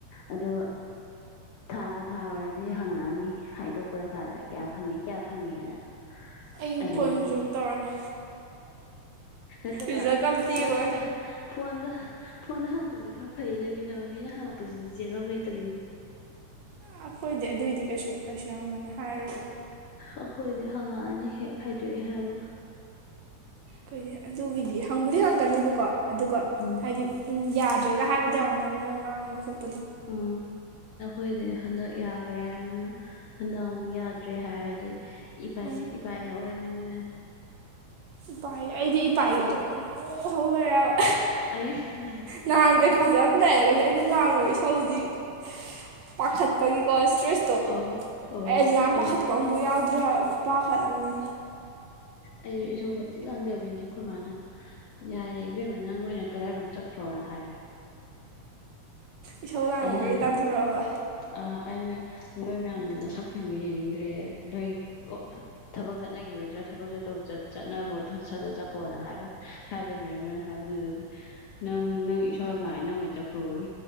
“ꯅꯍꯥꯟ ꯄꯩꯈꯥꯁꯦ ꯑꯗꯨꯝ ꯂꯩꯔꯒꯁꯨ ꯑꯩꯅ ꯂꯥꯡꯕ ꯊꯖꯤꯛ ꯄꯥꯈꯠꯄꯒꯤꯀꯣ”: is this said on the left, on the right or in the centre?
Right